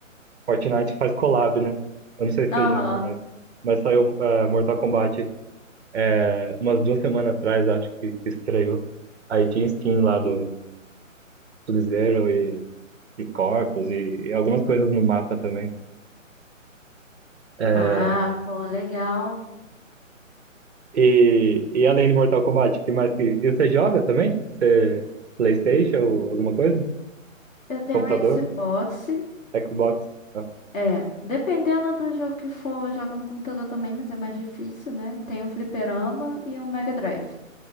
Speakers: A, on the right; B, on the left.
A: Fortnite faz collab, né? Eu não sei se
B: Aham.
A: você joga, mas, mas saiu é, Mortal Kombat é, umas duas semanas atrás, acho que, que estreou. Aí tinha skin lá do Sub-Zero e, e Corpus e, e algumas coisas no mapa também. É,
B: Ah, pô, legal.
A: e, e além de Mortal Kombat, que mais que. E você joga também? Você PlayStation ou alguma coisa?
B: Eu tenho
A: Computador?
B: um Xbox.
A: Xbox? Ah,
B: É, dependendo do jogo que for, eu jogo no computador também, mas é mais difícil, né? Tem um fliperama e um Mega Drive.